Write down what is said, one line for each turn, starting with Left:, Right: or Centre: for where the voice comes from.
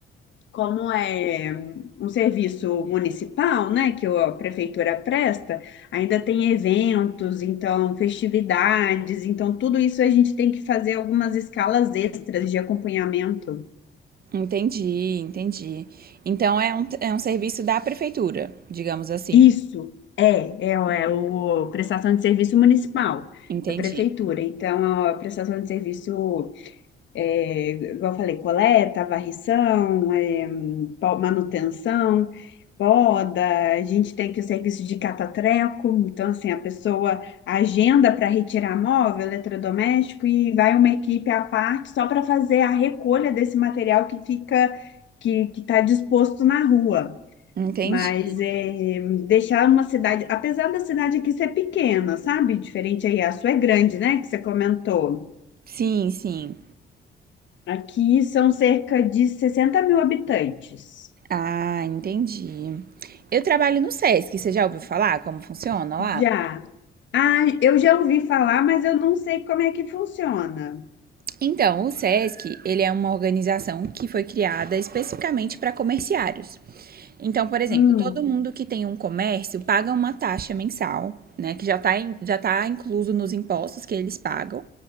Left: como é um serviço municipal, né, que a prefeitura presta, ainda tem eventos, então festividades, então tudo isso a gente tem que fazer algumas escalas extras de acompanhamento.
Right: Entendi, entendi. Então é um, é um serviço da prefeitura, digamos assim.
Left: Isso é, é, o, é o prestação de serviço municipal
Right: Entendi,
Left: da prefeitura. Então a prestação de serviço é, igual eu falei, coleta, varrição, é, po- manutenção, poda, a gente tem aqui o serviço de catatreco, então assim, a pessoa agenda para retirar móvel, eletrodoméstico e vai uma equipe à parte só para fazer a recolha desse material que fica, que que está disposto na rua.
Right: entendi.
Left: Mas é, deixar uma cidade, apesar da cidade aqui ser pequena, sabe? Diferente aí, a sua é grande, né? Que você comentou.
Right: Sim, sim.
Left: Aqui são cerca de 60 mil habitantes.
Right: Ah, entendi. Eu trabalho no SESC, você já ouviu falar como funciona lá?
Left: Já. Ah, eu já ouvi falar, mas eu não sei como é que funciona.
Right: Então, o SESC, ele é uma organização que foi criada especificamente para comerciários. Então, por exemplo,
Left: Hum,
Right: todo mundo que tem um comércio paga uma taxa mensal, né, que já está já tá incluso nos impostos que eles pagam.